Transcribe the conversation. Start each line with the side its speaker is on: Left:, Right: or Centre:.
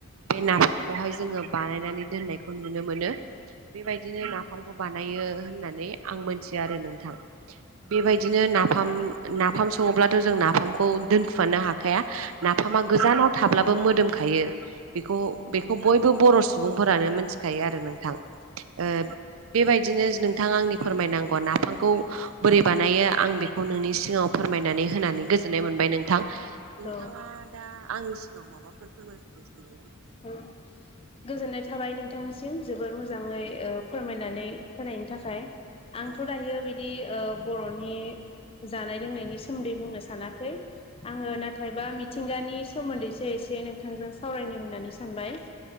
Right: बे नाफामखौहाय जोङो बानायनानै दोननायखौ नुनो मोनो। बेबायदिनो नाफाम खौ बानायो होननानै आं मोनथियो आरो नोंथां। बेबायदिनो नाफाम नाफाम सङोब्लाथ' जों नाफामखौ दोनखुमानो हाखाया। नाफामा गोजानाव थाब्ला बो मोदोमखायो। बेखौ बेखौ बयबो बर' सुबुंफोरानो मिथिखायो आरो नोंथां। ओ-बेबायद दिनो नोंथांआ आंनि फोरमायनांगौ नाफामखौ बोरै बानायो आं बेखौ नोंनि सिगाङाव फोरमायनानै होनानै गोजोननाय मोनबाय नोंथां। नोंथाङा
Left: औ
Right: दा आंनि सिगांआव माबाफोर फोरमायफिनो सानदों नामा?
Left: औ औ गोजोननाय थाबाय नोंथांसिम जोबोर मोजाङै ओ-फोरमायनानै होनायनि थाखाय। आंथ'
Right: औ
Left: दायो बिदि ओ-बर'नि जानाय लोंनायनि सोमोन्दै बुंनो सानाखै। आङो नाथायबा मिथिंगानि सोमोन्दैसो एस से नोंथांजों सावरायनो होननानै सानबाय।